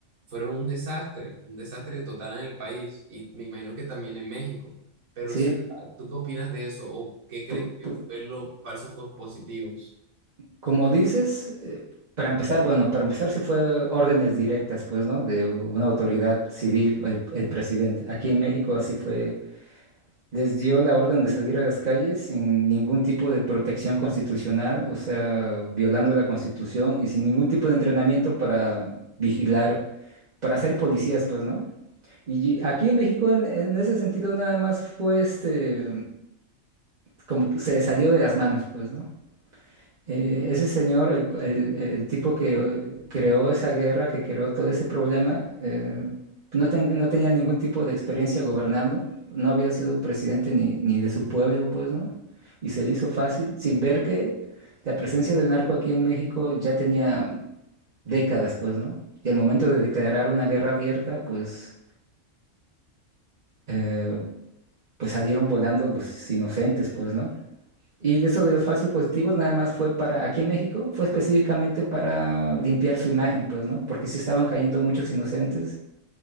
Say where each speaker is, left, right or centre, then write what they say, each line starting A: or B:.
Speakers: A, on the right; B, on the right.
A: fueron un desastre, un desastre total en el país y me imagino que también en México. Pero,
B: sí.
A: o sea, ¿tú qué opinas de eso? ¿O qué crees
B: pu-
A: que
B: pu-
A: fue los falsos positivos?
B: Como dices, eh, para empezar, bueno, para empezar se fue órdenes directas, pues, ¿no? De una autoridad civil, o el, el presidente. Aquí en México así fue les dio la orden de salir a las calles sin ningún tipo de protección constitucional, o sea, violando la constitución y sin ningún tipo de entrenamiento para vigilar, para ser policías, pues, ¿no? Y aquí en México, en, en ese sentido, nada más fue este, como que se salió de las manos, pues, ¿no? Eh, ese señor, el, el- el tipo que eh, creó esa guerra, que creó todo ese problema, eh, no, ten- no tenía ningún tipo de experiencia gobernando, no había sido presidente ni, ni de su pueblo, pues, ¿no? Y se le hizo fácil, sin ver que la presencia del narco aquí en México ya tenía décadas, pues, ¿no? Y al momento de declarar una guerra abierta, pues, eh, pues salieron volando los inocentes, pues, ¿no? Y de eso de los falsos positivos nada más fue para, aquí en México, fue específicamente para limpiar su imagen, pues, ¿no? Porque sí estaban cayendo muchos inocentes,